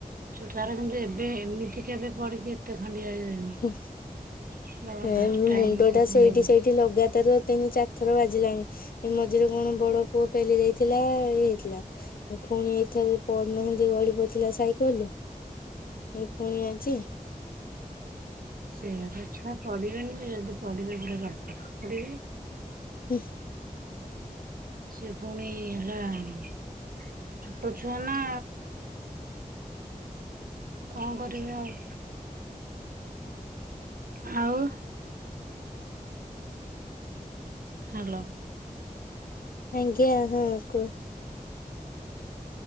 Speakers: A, on the right; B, on the left.
A: ଚୁ ତାର କିନ୍ତୁ ଏବେ ଏମିତି କି ଏବେ ପଡିକି ଏତେ ଖଣ୍ଡିଆ ହେଇନି।
B: ହୁଁ
A: ଏଇଟା ମୋର
B: ଏ
A: ଫାଷ୍ଟ ଟାଇମ୍
B: ମୁଣ୍ଡ
A: ଏତେ
B: ଟା
A: ଖଣ୍ଡିଆ
B: ସେଇଠି
A: ହେଇଛି।
B: ସେଇଠି ଲଗାତାର ତିନି ଚାର୍ଥର ବାଜିଲାଣି ଏ ମଝିରେ କଣ ବଡ ପୁଅ ପେଲି ଦେଇଥିଲା ଇଏ ହେଇଥିଲା। ଏ ପୁଣି ଏଇଥର ପଡୁନାହାନ୍ତି ଗଳି ପଡିଥିଲା ସାଇକେଲ୍ରୁ ଏ ପୁଣି ଆଜି।
A: ସେୟାପା ଛୁଆ ପଢିବେନି ଯଦି ପଢିବି ପୁରା ପଢିବି।
B: <unintelligible>
A: ସିଏ ପୁଣି ହେଲା ଛୋଟ ଛୁଆ ନା। କଂ କରିବେ ଆଉ। ହଉ ହାଲୋ।
B: ଆଙ୍ଗିଆ ହଁ କୁହ।